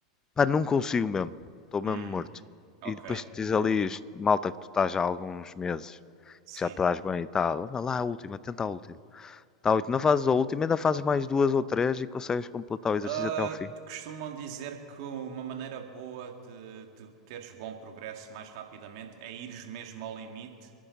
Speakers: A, on the left; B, on the right.
A: pá, não consigo mesmo. Estou mesmo
B: Hum,
A: morto.
B: ok,
A: E depois tens ali, os- malta, que tu estás já há alguns meses,
B: sim.
A: que já estás bem e tal. Anda lá, a última, tenta a última. Tal, e tu não fazes a última, ainda fazes mais duas ou três e consegues completar o exercício
B: Ah,
A: até ao fim.
B: costumam dizer que uma maneira boa de, de teres bom progresso mais rapidamente é ires mesmo ao limite